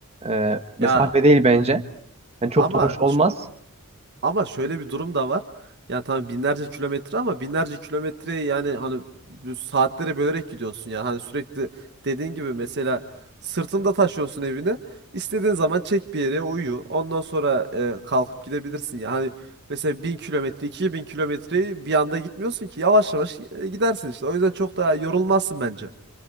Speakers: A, on the right; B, on the right.
A: E, mesafe
B: Ya
A: değil bence. Yani çok
B: ama
A: da hoş olmaz.
B: Ama şöyle bir durum da var. Yani tamam binlerce kilometre ama binlerce kilometreyi yani hani bu saatlere bölerek gidiyorsun yani. Hani sürekli dediğin gibi mesela sırtında taşıyorsun evini. İstediğin zaman çek bir yere uyu. Ondan sonra e, kalkıp gidebilirsin. Yani hani mesela 1000 kilometre, 2000 kilometreyi bir anda gitmiyorsun ki. Yavaş yavaş e, gidersin işte. O yüzden çok daha yorulmazsın bence.